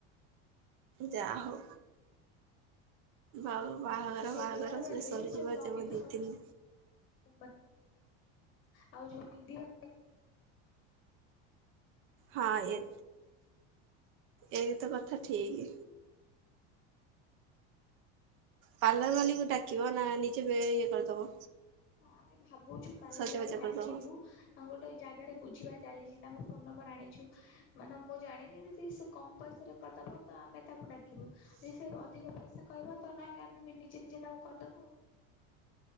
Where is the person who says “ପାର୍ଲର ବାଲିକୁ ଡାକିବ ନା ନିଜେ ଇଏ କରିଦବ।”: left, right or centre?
Right